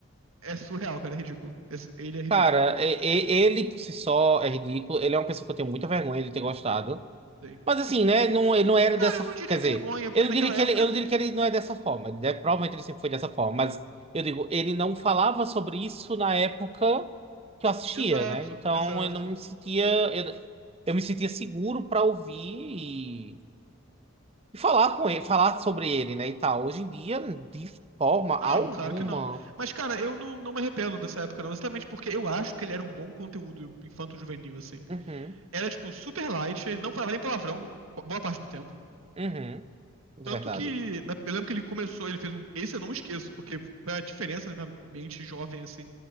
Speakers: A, on the right (about 70°); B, on the right (about 25°).
A: é surreal, cara, é ridículo. Esse- Ele é ridículo.
B: Cara,
A: é.
B: e- e- ele por si só é ridículo. Ele é uma pessoa que eu tenho muita vergonha de ter gostado.
A: Sim.
B: Mas assim, né? Não, ele não era
A: Cara,
B: dessa.
A: eu não diria
B: Quer dizer,
A: vergonha, porque
B: eu não
A: naquela
B: diria que
A: época.
B: ele, eu não diria que ele não é dessa forma. Ele deve- provavelmente ele sempre foi dessa forma. Mas eu digo, ele não falava sobre isso na época que eu assistia,
A: Exato,
B: né? Então
A: exato.
B: eu não me sentia. Eu, eu me sentia seguro para ouvir e, e falar com ele, falar sobre ele, né? E tal. Hoje em dia, de forma alguma.
A: Não, claro que não. Mas, cara, eu não, não me arrependo dessa época, não. Exatamente porque eu acho que ele era um bom conteúdo infanto-juvenil, assim.
B: Uhum,
A: Era, tipo, super light, ele não falava nem palavrão no- boa parte do tempo.
B: uhum. De
A: Tanto
B: verdade.
A: que, na, eu lembro que ele começou, ele fez um. Esse eu não esqueço, porque foi a diferença na minha mente jovem, assim.